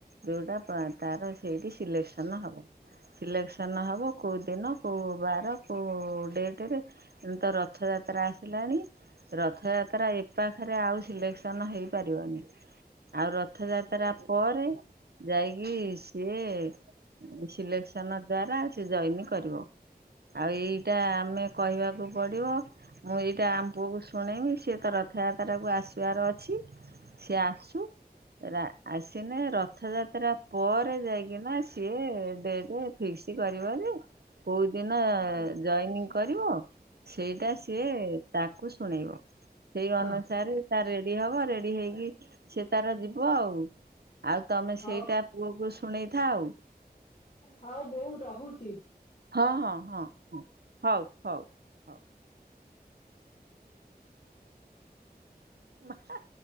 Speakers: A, on the right; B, on the left.
A: ଦଉଡ଼ାପ ତାର। ସେଇଠି ସିଲେକ୍ସନ ହବ। ଇଲେକ୍ସନ ହବ କୋଉ ଦିନ କୋଉ ବାର କୋଉ ଡେଟ ରେ ଏମିତି ରଥଯାତ୍ରା। ରାକ୍ଷି ଆସିଲାଣି ରଥଯାତ୍ରା ଏଖରେ ଆଉ। ସିଲେକ୍ସନ୍ ହେଇପାରିବନି ଆଉ ରଥଯାତ୍ରା ପରେ ଯାଇକି ସିଏ ସିଲେକ୍ସନ ଦ୍ଵାରା ସେି ଜଏନ କରିବ ଆଉ ଏଇଟା ଆମେ। କହିବାକୁ ପଡିବ। ମୁଁ ଏଇଟା ଆମ ପୁଅକୁ ଶୁଣେଇମି ସିଏ ତ ରଥଯାତ୍ରାକୁ ଆସିବାର ଅଛି ସିଏ ଆସୁ ରା। ଆସିନେ ରଥଯାତ୍ରା ପରେ ଯାଇକିନା। ସିଏ ଡେଟ। ଫିକ୍ସ କରିବ ଯେ କୋଉ ଦିନ
B: ହଉ ରଖୁଛି
A: ଜଏନିଂ
B: ଆଉ।
A: କରିବ ସେଇଟା। ସେ ତାକୁ ଶୁଣେଇବ, ସେଇ
B: ହଁ
A: ଅନୁସାରେ ତା ରେଡି ହବ। ରେଡି ହେଇକି ସେ ତାର ଯିବ ଆଉ ଆଉ ତମେ
B: ହଉ
A: ସେଇଟା ପୁଅକୁ ଶୁଣେଇଥା ଆଉ।
B: ହଉ ବଉ ରହ। ହଉଚି।
A: ହଁ ହଁ ହଁ ହଁ ହଉ ହଉ ହଉ। ମା ହେ।